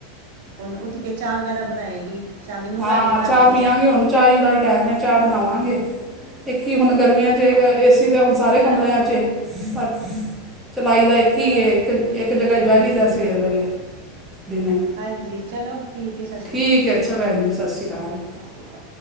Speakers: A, on the right; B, in the centre.
A: ਹੁਣ ਉੱਠ ਕੇ ਚਾਹ ਵਗੈਰਾ ਬਣਾਏਗੀ। ਸ਼ਾਮੀ ਨੂੰਹ
B: ਹਾਂ
A: ਰਾਣੀ ਬਣਾਉਂਦੀ
B: ਚਾਹ ਪੀਵਾਂਗੇ ਹੁਣ। ਚਾਹੀ ਦਾ ਹੀ ਟਾਈਮ ਹੈ ਚਾਹ ਬਣਾਵਾਂਗੇ, ਇੱਕ ਹੀ ਹੁਣ ਗਰਮੀਆਂ ਚ ਏ ਸੀ ਤੇ ਹੁਣ ਸਾਰੇ
A: ਚਲੋ
B: ਕਮਰਿਆਂ ਚ ਏ, ਪਰ ਚਲਾਈ ਦਾ ਇੱਕ
A: ਚਲੋ
B: ਹੀ ਏ
A: ਠੀਕ
B: ਇੱਕ ਜਗ੍ਹਾ
A: ਏ
B: ਹੀ ਬਹਿ
A: ਹਾਂਜੀ
B: ਜਾਈਦਾ ਸਵੇਰ ਵੇਲੇ ਦਿਨੇ।
A: ਹਾਂਜੀ ਚਲੋ ਠੀਕ ਹੈ ਸਤਿ ਸ਼੍ਰੀ ਅਕਾਲ ਜੀ।
B: ਠੀਕ ਹੈ, ਅੱਛਾ ਭੈਣ ਜੀ, ਸਤਿ ਸ਼੍ਰੀ ਅਕਾਲ।
A: ਸ਼੍ਰੀ ਅਕਾਲ